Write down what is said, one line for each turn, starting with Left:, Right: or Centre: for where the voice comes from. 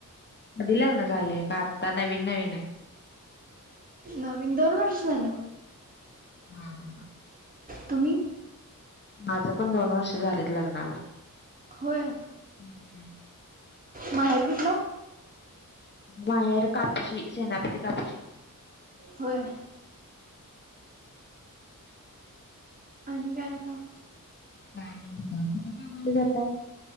Left: कधी लग्न झालंय का आत्ता नवीन नवीन आहे.
Right: नवीन दोन वर्ष झालं.
Left: हा हा हा.
Right: तुम्ही?
Left: माझे पण दोन वर्ष झालेत लग्नाला.
Right: होय.
Left: हम्म.
Right: माहेर कुठलं?
Left: माहेर कापक्षी सेनापती कापक्षी.
Right: होय. आणि काय बोलता.
Left: काय नाही होत, कुठ कामाला जाता?